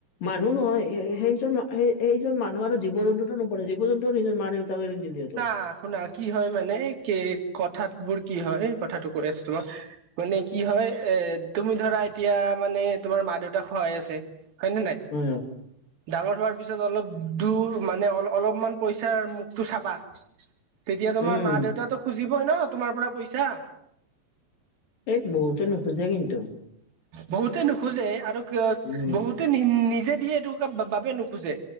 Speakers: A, on the left (about 50°); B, on the right (about 55°).
A: মানুহ নহয় সেইজন সেইজন মানুহ আৰু জীৱ জন্তু নপৰে জীৱ -জন্তু নিজৰ মা- দেউতাক এৰি নিদিয়ে তো।
B: অ শুনা কি হয় মানে কি কথাত বোৰ কি হয় কথাটো কৈ আছো তোমাক মানে কি হয় এ তুমি ধৰা এতিয়া মানে তোমাৰ মা -দেউতাক সহায় আছে। হয় নে নাই।
A: উম!
B: ডাঙৰ হোৱাৰ পিছত অলপ দূৰ মানে অ অলপমান পইচাৰ মুখটো চাবা। তেতিয়া তোমাৰ
A: উম
B: মা-দেউতাটো খুজিবই ন তোমাৰ পৰা পইচা।
A: এই বহুতে নোখোজে কিন্তু।
B: বহুতে নোখোজে আৰু কিয়
A: উম
B: বহুত টো নিজে দিয়ে এইটো বাবে নোখোজে